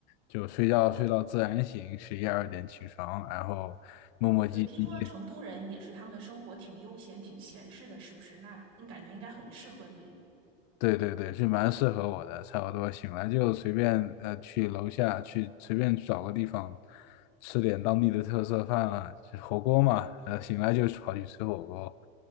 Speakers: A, on the left; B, on the right.
A: 就睡觉睡到自然醒，十一二点起床，然后磨磨唧唧，
B: 就听说成都人也是他们的生活挺悠闲、挺闲适的，是不是？那你感觉应该很适合你。
A: 对对对，是蛮适合我的，差不多醒来就随便呃去楼下去随便找个地方吃点当地的特色饭啊，就火锅嘛，呃醒来就跑去吃火锅，